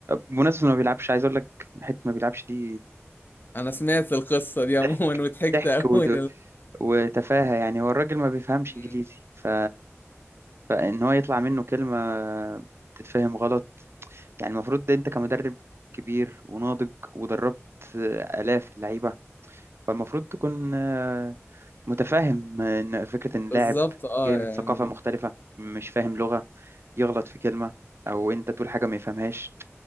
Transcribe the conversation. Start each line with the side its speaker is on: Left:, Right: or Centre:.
Right: بمناسبة إنه ما بيلعبش عايز اقول لك حتة ما بيلعبش دي
Left: انا سمعت القصة دي عموما
Right: ضحك
Left: وضحكت
Right: ضحك
Left: قوي
Right: ود- وتفاهة يعني هو الراجل ما بيفهمش
Left: مم.
Right: انجليزي ف فان هو يطلع منه كلمة تتفهم غلط يعني المفروض ده انت كمدرب كبير وناضج ودربت آلاف اللعيبة فالمفروض تكون آه، متفاهم آه، ان فكرة ان
Left: بالظبط
Right: لاعب
Left: اه
Right: جاي من
Left: يعني
Right: ثقافة مختلفة مش فاهم لغة يغلط في كلمة او انت تقول حاجة ما يفهمهاش